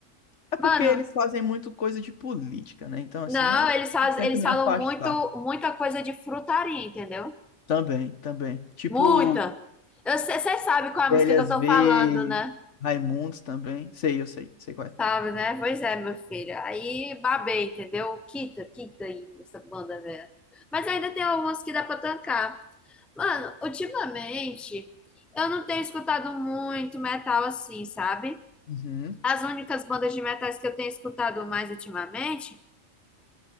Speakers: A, on the left; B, in the centre.
A: É porque
B: Mano,
A: eles fazem muito coisa de política, né? Então, assim,
B: não,
A: é... eu
B: eles, faz,
A: tento
B: eles
A: me
B: falam
A: afastar.
B: muito, muita coisa de frutaria, entendeu?
A: Também, também. Tipo,
B: Muita. Você sabe qual é a
A: Velhas
B: música que eu tô
A: V,
B: falando, né?
A: Raimundos também. Sei, eu sei, sei qual é.
B: Sabe, né? Pois é, meu filho. Aí babei, entendeu? Quita, quita aí nessa banda velha. Mas ainda tem algumas que dá pra tancar. Mano, ultimamente eu não tenho escutado muito metal assim, sabe?
A: Uhum.
B: As únicas bandas de metais que eu tenho escutado mais ultimamente.